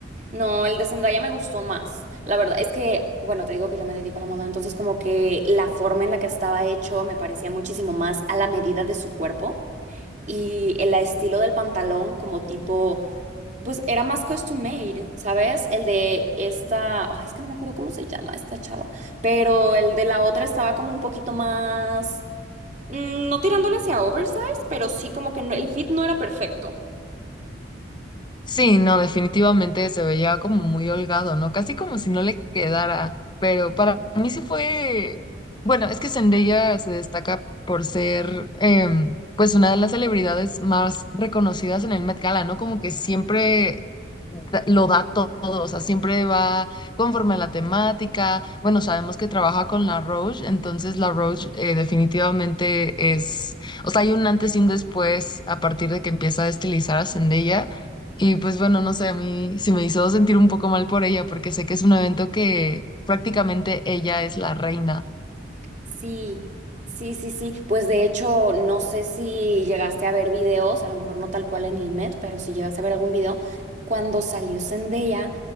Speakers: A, on the right; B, on the left.
A: No, el de Zendaya me gustó más. La verdad es que, bueno, te digo que yo me dedico a la moda, entonces como que la forma en la que estaba hecho me parecía muchísimo más a la medida de su cuerpo. y el estilo del pantalón como tipo, pues era más custom made, ¿sabes? El de esta, ay, es que no me acuerdo cómo se llama esta chava, pero el de la otra estaba como un poquito más, mm, no tirándole hacia oversize, pero sí como que no- el fit no era perfecto.
B: Sí, no, definitivamente se veía como muy holgado, ¿no? Casi como si no le quedara, pero para mí sí fue, bueno, es que Zendaya se destaca por ser, em, pues, una de las celebridades más reconocidas en el Met Gala, ¿no? Como que siempre da- lo da to- todo, o sea, siempre va conforme a la temática. Bueno, sabemos que trabaja con La Roche, entonces La Roche eh, definitivamente es, o sea, hay un antes y un después a partir de que empieza a estilizar a Zendaya. Y pues bueno, no sé, a mí sí me hizo sentir un poco mal por ella, porque sé que es un evento que prácticamente ella es la reina.
A: Sí, sí, sí, sí. Pues de hecho, no sé si llegaste a ver videos, a lo mejor no tal cual en el Met, pero si llegaste a ver algún video, cuando salió Zendaya,